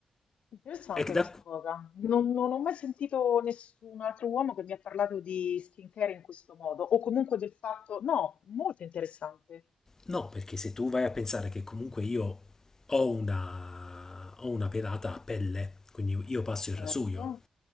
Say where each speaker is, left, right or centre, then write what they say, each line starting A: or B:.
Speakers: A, on the left; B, on the left.
A: Interessante
B: E
A: questa
B: da,
A: cosa. Non, non ho mai sentito nessun altro uomo che mi ha parlato di skincare in questo modo, o comunque del fatto, no, molto interessante.
B: no, perché se tu vai a pensare che comunque io ho una, ho una pelata a pelle, quindi io passo
A: Certo,
B: il rasoio,